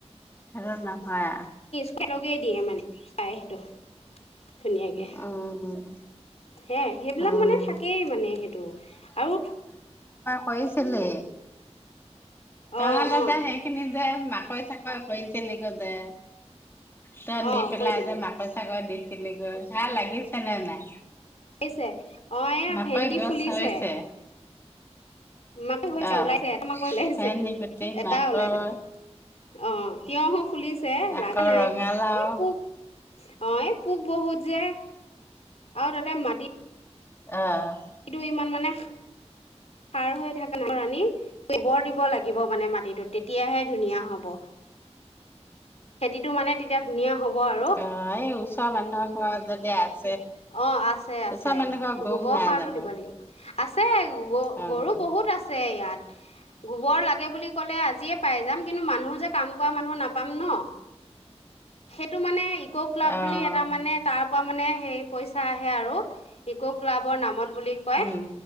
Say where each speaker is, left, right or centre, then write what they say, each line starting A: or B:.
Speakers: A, on the left; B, on the left.
A: খেলত নহয় আ
B: একেলগে দিয়ে মানে পাই, সেইটো। ধুনীয়াকে।
A: উম,
B: হে সেইবিলাক
A: উম,
B: মানে থাকেই মানে সেইটো আৰু
A: কৈছিলে। তাহাত
B: অ
A: দুটাই
B: অ
A: সেইখিনি এই মাকৈ, চাকৈ কৰিছিলি গৈ যে। তই
B: অ
A: নি পেলাই
B: কৰিছিলোঁ
A: যে মাকৈ, চাকৈ দি <inaudible> হেয়া লাগিছে নে নাই?
B: লাগিছে অ, এয়া
A: মাকৈ
B: ভেন্দি
A: গছ
B: ফুলিছে।
A: হৈছে,
B: মাকৈ হৈছে,
A: অ'।
B: ওলাইছে, এটা মাকৈ ওলাইছে,
A: ভেন্দি গুটি,
B: এটা
A: মাকৈ,
B: ওলাইছে। অ'। তিয়হো ফুলিছে,
A: আকৌ
B: লাগা নাই,
A: ৰঙালাও
B: এই পোক অ', এই পোক বহুত যে, আৰু তাতে মাটি
A: অ'।
B: কিন্তু ইমান মানে সাৰ হৈ থাকা নাই। আনি গোবৰ দিব লাগিব মানে মাটিটোত। তেতিয়াহে ধুনীয়া হব। খেতিটো মানে তেতিয়া ধুনীয়া হ'ব আৰু
A: অ', এই ওচৰ মানুহৰ ঘৰত যদি আছে
B: অ', আছে আছে,
A: ওচৰ মানুহ ঘৰৰ গৰু
B: গোবৰ
A: নাই
B: সাৰ
A: জানো?
B: টো দিব লাগিব। আছে
A: অ',
B: গৰু বহুত আছে ইয়াত। গোবৰ লাগে বুলি ক'লে আজিয়ে পাই যাম। কিন্তু মানুহ যে কাম কৰা মানুহ নাপাম ন? সেইটো মানে ইক ক্লাব
A: অ',
B: বুলি এটা মানে তাৰ পৰা মানে সেই পইচা আহে আৰু ইক ক্লাবৰ নামত বুলি কয়,
A: উম,